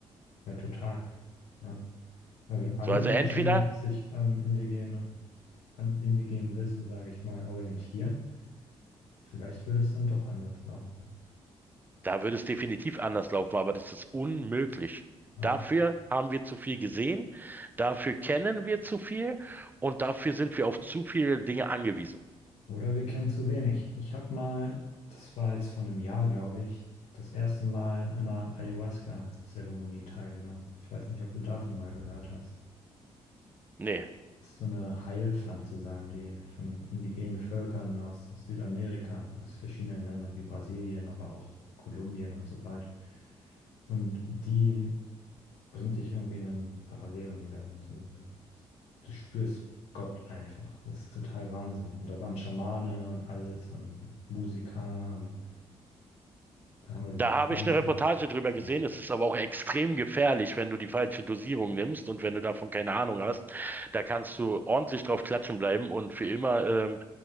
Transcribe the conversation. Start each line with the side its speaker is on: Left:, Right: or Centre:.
Left: Ja, total. Ja. Aber wenn alle
Right: So, also
Left: Menschen
Right: entweder
Left: sich an indigenen, an indigenem Wissen, sage ich mal, orientieren, vielleicht würde es dann doch anders laufen.
Right: Da würde es definitiv anders laufen, aber das ist unmöglich.
Left: Ja.
Right: Dafür haben wir zu viel gesehen, dafür kennen wir zu viel und dafür sind wir auf zu viele Dinge angewiesen.
Left: Oder wir kennen zu wenig. Ich habe mal, das war jetzt vor einem Jahr, glaube ich, das erste Mal an einer Ayahuasca-Zeremonie teilgenommen. Ich weiß nicht, ob du davon mal gehört hast.
Right: Nee,
Left: Das ist so eine Heilpflanze, sagen die, von indigenen Völkern aus Südamerika, aus verschiedenen Ländern wie Brasilien, aber auch Kolumbien und so weiter. Und die bringt dich irgendwie in ein Paralleluniversum. Du, du, du spürst Gott einfach. Das ist total Wahnsinn. Und da waren Schamane und alles und Musiker und da haben wir diese
Right: da
Left: Pflanze.
Right: habe ich eine Reportage drüber
Left: Das
Right: gesehen. Es ist aber auch extrem gefährlich, wenn du die falsche Dosierung nimmst und wenn du davon keine Ahnung hast. Da kannst du ordentlich drauf klatschen bleiben und für immer ähm,